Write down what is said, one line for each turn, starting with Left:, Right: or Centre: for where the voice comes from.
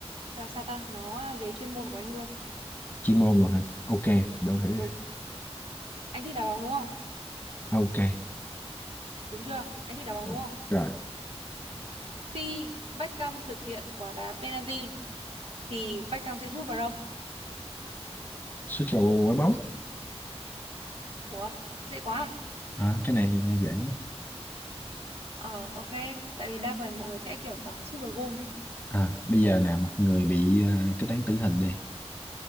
Right: sao sao ta nó về chuyên môn của anh luôn
Left: chuyên môn rồi hả? Ok, để thử. đi.
Right: đúng anh thích đá bóng đúng không
Left: À, ok,
Right: đúng chưa anh thích đá bóng
Left: rồi.
Right: đúng không
Left: rồi.
Right: khi Beckham thực hiện quả đá penalty thì Beckham sẽ sút vào đâu
Left: Suýt vào quả bóng.
Right: ủa dễ quá à
Left: À, cái này nghe dễ. á.
Right: ờ ok tại vì đa phần mọi người sẽ kiểu bảo là sút vào gôn đấy
Left: À, bây giờ nè một người bị ờ, kết án tử hình đi,